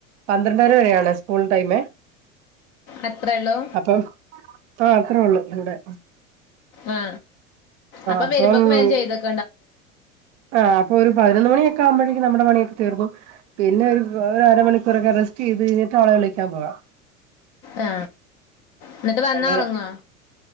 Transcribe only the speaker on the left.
അത്രേ ഉള്ളൂ
ആ അപ്പൊ
വരുമ്പോക്ക് വേഗം ചെയ്ത് വെ
ആ എന്നിട്ട് വന്നാ
ഉറങ്ങുവോ